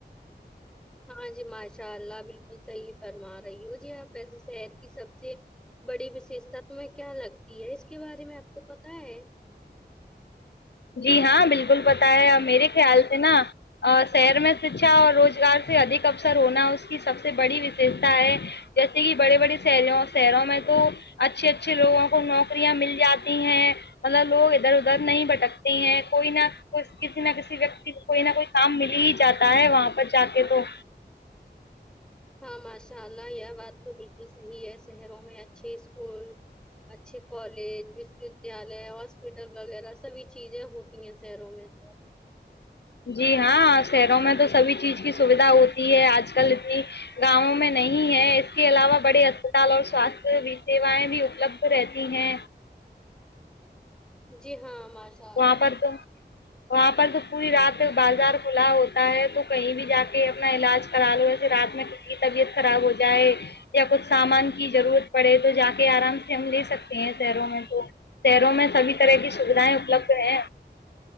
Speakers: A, in the centre; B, on the left (about 70°).
A: ہاں جی ماشاء اللہ بالکل صحیح فرما رہی ہو جی آپ ایسے شہر کی سب سے بڑی وششتا تہیں کیا لگتی ہے اس کے بارے میں آپ کو پتا ہے
B: جی ہاں بالکل پت ہے میرے خیال سے نا شہر میں شکھا اور روزگار سے ادھک اوسر ہونا اس کی سب سے بڑی وششتا ہے جیسے کہ بڑے بڑے ش شہروں میں تو اچھے اچھے لوگوں کو نوکریاں مل جاتی ہیں مطلب لوگ ادھر ادھر نہیں بھٹکتے کوئی نہ کسی نہ کسی ویکتی کو کوئی نہ کوئی کام مل ہی جاتا ہے وہاں پر جا کے تو
A: ہاں ماشاء اللہ یہ بات تو بالکل صحیح ہے شہروں میں اچھے اسکول اچھے کالج وشو ودیالیہ ہاسپٹل وغیرہ سبھی چیزیں ہوتی ہیں شہروں میں تو
B: جی ہاں شہروں میں تو سبھی چیز کی سویدھا ہوتی ہے آج کل اتنی گاؤوں میں نہیں ہے اس کے علاوہ بڑے اسپتال اور سواستھ سیوائیں بھی اپلبھ رہتی ہیں
A: جی ہاں سا سال
B: وہاں پر تو وہاں پر تو پوری رات بازار کھلا ہوتا ہے تو کہیں بھی جا کے اپنا علاج کرا لو جسے رات میں ک کی طبیعت خراب ہو جائے یا کچھ سامان کی ضرورت پڑے تو جا کے آرام سے ہم لے سکتے ہیں شہروں میں تو شہروں میں سھی طرح کی سیدھائیں اپلبھ رہ ہیں